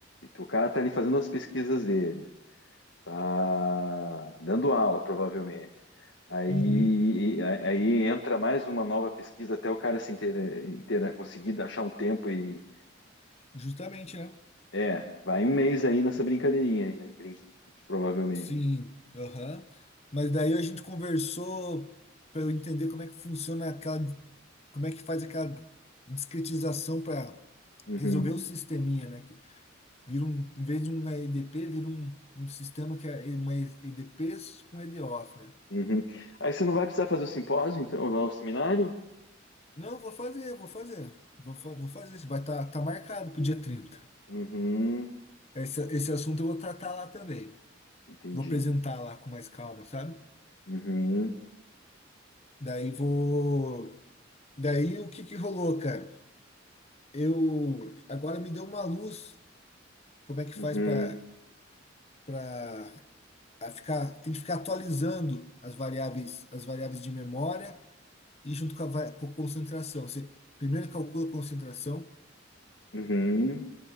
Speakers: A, on the left; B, on the left.
A: o cara tá ali fazendo as pesquisas dele, Tá dando aula, provavelmente. Aí,
B: Uhum,
A: aí entra mais uma nova pesquisa até o cara se inter, inter- conseguir achar um tempo e.
B: justamente, né?
A: É, vai um mês aí nessa brincadeirinha aí, né? Brin- provavelmente.
B: Sim, aham. Mas daí a gente conversou para eu entender como é que funciona aquela, como é que faz aquela discretização para
A: Uhum,
B: resolver o sisteminha, né? Que vira um, em vez de uma EDP, vira um, um sistema que é uma EDPs com EDOs, né?
A: uhum. Aí você não vai precisar fazer o simpósio, então, lá o seminário?
B: Não, vou fazer, vou fazer. Vou, fa- vou fazer. Isso Vai estar tá, tá marcado pro dia 30.
A: Uhum,
B: Esse, esse assunto eu vou tratar lá também.
A: entendi.
B: Vou apresentar lá com mais calma, sabe?
A: Uhum,
B: Daí vou. Daí o que que rolou, cara? Eu agora me deu uma luz. Como é que faz
A: uhum,
B: para para ficar? Tem que ficar atualizando as variáveis as variáveis de memória e junto com a va- com a concentração. Você primeiro calcula a concentração.
A: uhum.